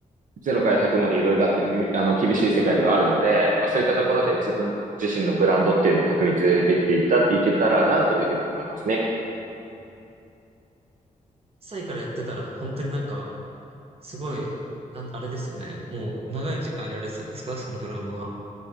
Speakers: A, on the right; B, on the right.
A: 0から100までいろいろあって、みあの、厳しい世界ではあるので、まあそういったところで自分自身のブランドっていうのを確立できていた、
B: はい。
A: いけたらなというふうには思いますね。
B: 1歳からやってたら、本当になんか、すごい、なん、あれですよね。もう、長い時間やられてたんですかそのドラムは。